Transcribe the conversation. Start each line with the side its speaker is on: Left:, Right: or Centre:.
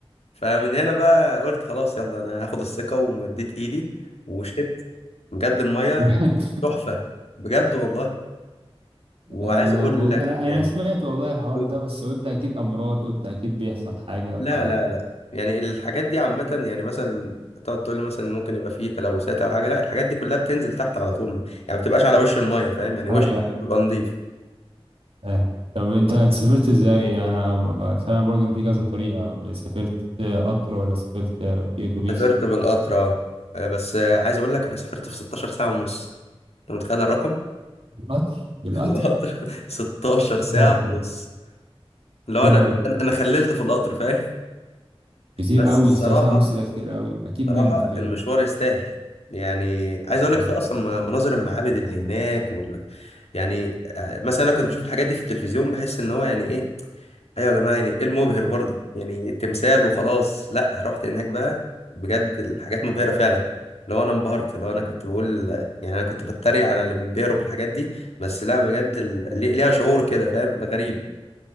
Left: فمن هنا بقى قلت خلاص يلا انا هاخد الثقه ومديت ايدي وشربت بجد الميه
Right: بجد
Left: تحفه بجد والله
Right: <laughs>
Left: وعايز
Right: انا
Left: اقول
Right: والله
Left: لك
Right: انا انا
Left: يعني
Right: سمعت والله الحوار
Left: أوه.
Right: ده بس قلت اكيد امراض قلت اكيد بيحصل حاجه ف
Left: لا لا لا يعني الحاجات دي عامة يعني مثلا تقعد تقول لي مثلا ممكن يبقى فيه تلوثات أو حاجة لا الحاجات دي كلها بتنزل تحت على طول ما يعني ما بتبقاش على وش المية فاهم يعني وش
Right: ايوه
Left: المية بيبقى نضيف
Right: ايوه طب انت أنت سافرت ازاي انا ب... سامع برضو ان في كذا طريقه سافرت آه، قطر ولا سافرت آه، في اتوبيس
Left: سافرت بالقطر اه آه، بس آه، عايز اقول لك انا سافرت في 16 ساعة ونص انت متخيل الرقم
Right: بالقطر بالقطر
Left: في القطر <laughs> 16 ساعة
Right: يا لهوي
Left: ونص اللي هو
Right: كتير
Left: انا
Right: أوي
Left: انا أنا خللت في القطر فاهم
Right: كتير
Left: بس
Right: قوي
Left: الصراحة
Right: 3 ساعة ونص ده كتير قوي اكيد
Left: الصراحة
Right: نمت فيهم
Left: المشوار يستاهل يعني عايز اقول لك
Right: مم.
Left: في اصلا م- مناظر المعابد اللي هناك وال... يعني آه، مثلا انا كنت بشوف الحاجات دي في التلفزيون بحس ان هو يعني ايه ايوه يا جماعه يعني ايه المبهر برضو يعني التمثال وخلاص لا رحت هناك بقى بجد الحاجات مبهره فعلا لو انا انبهرت لو انا كنت بقول يعني انا كنت بتريق على اللي بينبهروا بالحاجات دي بس لا بجد ال- لي- ليها شعور كده فاهم غريب